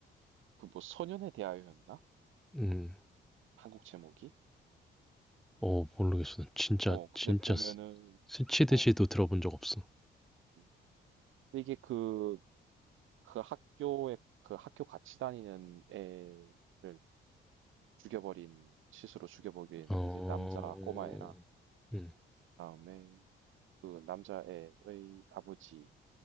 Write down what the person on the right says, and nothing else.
그 뭐 소년에 대하여였나?
한국 제목이?
어,
어, 근데
보면은
어,
음. 근데 이게 그 그 학교에 그 학교 같이 다니는 애를 죽여버린 시스로 죽여버린
이제 남자 꼬마애랑
그다음에 그 남자애의 아버지를